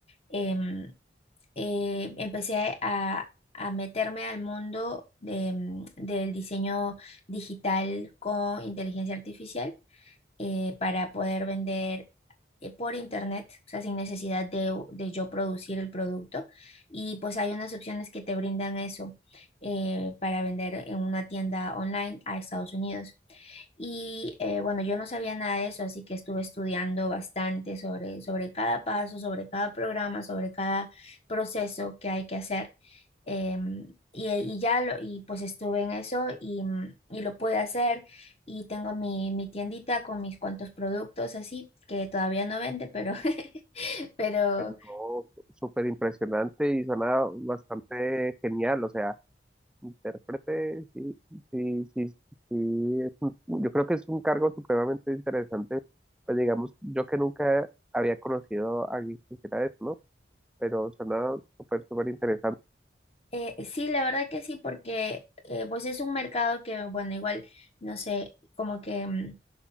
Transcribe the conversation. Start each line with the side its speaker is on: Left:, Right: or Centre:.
Left: em, eh, empecé a, a meterme al mundo de, mm, del diseño digital con inteligencia artificial eh, para poder vender eh, por internet, o sea, sin necesidad de, de yo producir el producto. Y pues hay unas opciones que te brindan eso eh, para vender en una tienda online a Estados Unidos. Y eh, bueno, yo no sabía nada de eso, así que estuve estudiando bastante sobre, sobre cada paso, sobre cada programa, sobre cada proceso que hay que hacer. Em, y, y ya lo, y pues estuve en eso y, mm, y lo pude hacer. Y tengo mi, mi tiendita con mis cuantos productos así, que todavía no vende, pero, <laughs> pero
Centre: Pero no, súper impresionante y suena bastante genial. O sea, intérprete, sí, sí, sí, sí. es un- yo creo que es un cargo supremamente interesante. Pues digamos, yo que nunca había conocido a alguien que hiciera eso, ¿no? Pero suena súper, súper interesante.
Left: eh, sí, la verdad que sí, porque eh, pues es un mercado que, bueno, igual, no sé, como que... mm,